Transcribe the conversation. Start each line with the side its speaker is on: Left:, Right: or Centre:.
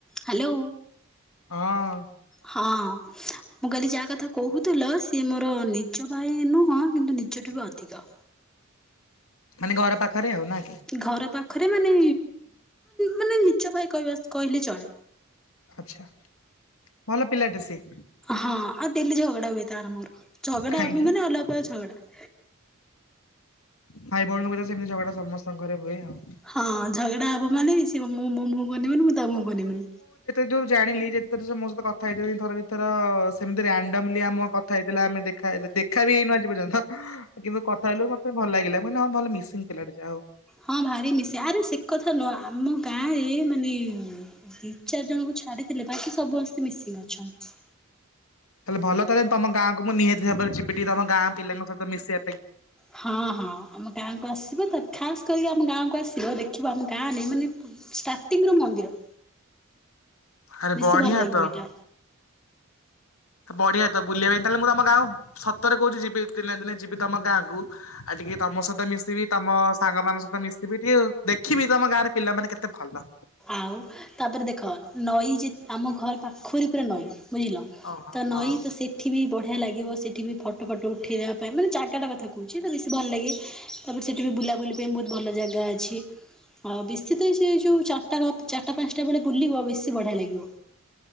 Centre: Hello.
Left: ହଁ।
Centre: ହଁ ମୁଁ କଲିି ଯା କଥା କହୁଥିଲ ସିଏ ମୋର ନିଜ ଭାଇ ନୁହଁ କିନ୍ତୁ ନିଜଠୁ ବି ଅଧିକ।
Left: ମାନେ ଘର ପାଖରେ ହଉ ନାଇ।
Centre: ଘର ପାଖରେ ମାନେ ମାନେ ନିଚ ଭାଇ କହିବା କହିଲେ ଚଳେ।
Left: ଆଛା। ଭଲ ପିଲାଟେ ସେ।
Centre: ହଁ ଆଉ ଡେଲି ଝଗଡା ହୁଏ। ତରମୋର। ଝଗଡା
Left: କାହିଁକି
Centre: ଆପ ମାନେ ଅଲାପ ଝଗଡା।
Left: ଭାଇ ବଣ ସେମତି ଝଗଡ ଟା ସମସ୍ତଙ୍କ ଘରେ ହୁଏ ଆଉ।
Centre: ହଁ ଝଗଡା ହବ ମାନେ ସିଏ ମୋ ମୁଁ-ମୁଁ-ମୁଁ ଅନେଇବେନି ମୁଁ ତା ମୁହଁ କୁ ଅନେଇବିନି।
Left: ଯୋଉ ଜାଣିଲି ଯେତଥ ସମସ୍ତତ କଥା ହେଇଥିଲ। ଥରେ ଦୁଇଥର ସେମିତି ରାଣ୍ଡମଲି ଆମ କଥା ହେଇଥିଲା ଆମେ ଦେଖା ଦେଖା ବି ହେଇନ ଆଜି ପର୍ଯ୍ୟନ୍ତ କିନ୍ତୁ କଥା ହେଲୁ ମତେ ଭଲ ଲାଗିଲା। କେ ହଁ ଭଲ ମିସିଂ ଥିଲା ଟେ ଯାହା ଆଉ
Centre: ହଁ ଭାରି ମିଶି ଆରେ ସେ କଥା ନୁହଁ। ଆମ ଗାଁରେ ମାନେ ଦିଚାରିଜଣଙ୍କୁ ଛାଡ଼ିଥିଲେ। ବାକି ସବୁ ମିସିଂ ଅଛନ୍ତି।
Left: ତାହେଲେ ଭଲ ତାହଲେ ତମ ଗାଁକୁ ମୁଁ ନିହାତି ଭାବରେ ଯିବି, ଟିକେ ତମ ଗାଁ ପିଲାଙ୍କ ସହିତ ମିଶିବା ପାଇଁ।
Centre: ହଁ ହଁ ଆମ ଗାଁକୁ ଆସିବ, ତ ଖାସ କରିକି ଆମ ଗାଁକୁ ଆସିବ ଦେଖିବ ଆମ ଗାଁ ରେ ମାନେ ଷ୍ଟାର୍ଟିଂ ର ମନ୍ଦିର
Left: ଆରେ
Centre: ବେଶୀ
Left: ବଢିଆ
Centre: ଭଲ ଲାଗିବ
Left: ତ
Centre: ଏଇଟା।
Left: ବଢିଆ ତ ବୁଲିବା ପାଇଁ ତାହେଲେ ମୁଁ ତମ ଗାଁ ସତରେ କହୁଛି ଯିବି। ଦିନେ ଦିନେ ଯିବି ତମ ଗାଁ କୁ, ଆଉ ଟିକେ ତମ ସହିତ ମିଶିବି। ତମ ସାଙ୍ଗ ମାନଙ୍କ ସହିତ ମିଶିବି। ଟିକେ ଦେଖିବି ତମ ଗାଁରେ ପିଲା ମାନେ କେତେ ଭଲ।
Centre: ଆଉ ତାପରେ ଦେଖ ନଈ ଯେ ଆମ ଘର ପାଖରେ ପୁରା ନଈ ବୁଝିଲ
Left: ଓହୋ
Centre: ତ
Left: ହଁ
Centre: ନଈ ତ ସେଠି ବି ବଢିଆ ହେଁ ଲାଗିବ ସେଠି ବି ଫଟୋ ଫଟୋ ଉଠେଇବା ପାଇଁ ମାନେ ଜାଗାଟା କଥା କହୁଛି। ତ ବେଶୀ ଭଲ ଲାଗେ। ତା ପରେ ସେଠୀ ବୁଲାବୁଲି ପାଇଁ ବହୁତ ଭଲ ଜାଗା ଅଛି। ଆଉ ବିସିତ ହେଇଛି ଯୋଉ ଚାରିଟା ଚାରିଟା ପାଞ୍ଚଟା ବେଳେ ବୁଲିବ ବେଶୀ ବଢି ଲାଗବ।